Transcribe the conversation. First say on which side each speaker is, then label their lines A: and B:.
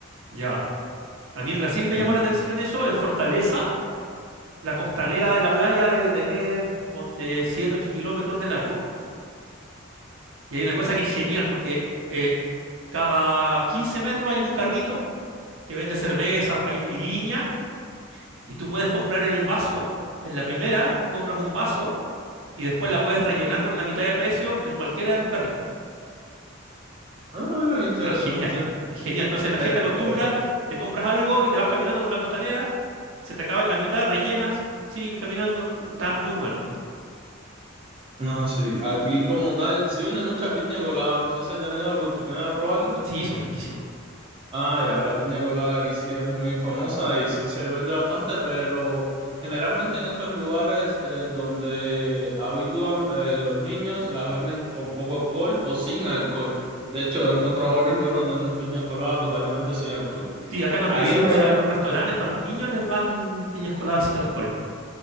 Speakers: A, on the right; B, on the right.
A: Ya. A mí en Brasil me
B: Mm.
A: llamó la atención eso. En Fortaleza, la costanera de la playa debe tener, ponte, 7, 8 kilómetros de largo. Y hay una cosa que es genial porque eh, cada 15 metros hay un carrito que vende cervezas o caipiriña y tú puedes comprar el vaso. En la primera compras un vaso y después la puedes rellenar por la mitad de precio en cualquiera de los carritos.
B: Ah, mira qué interesante.
A: Ah, genial. Es genial. Entonces la gente
B: Eh,
A: acostumbra,
B: eh.
A: te compras algo y te vas caminando por la costanera se te acaba en la mitad, rellenas, sigues caminando, está muy bueno.
B: No, sí, aquí como tal, sí venden mucha piña colada, no sé si has tenido la oportunidad de probarla.
A: Sí, son riquísimas.
B: Ah, ya, la piña colada aquí sí es muy famosa y sí se vende bastante, pero generalmente en estos lugares eh, donde habitúan eh, los niños las venden con poco alcohol o sin alcohol. De hecho, he encontrado varios lugares donde venden piñas coladas totalmente sin alcohol.
A: Sí, acá también
B: Aquí
A: se
B: en
A: usa
B: Miami.
A: en los restaurantes, para los niños les dan piñas coladas sin alcohol.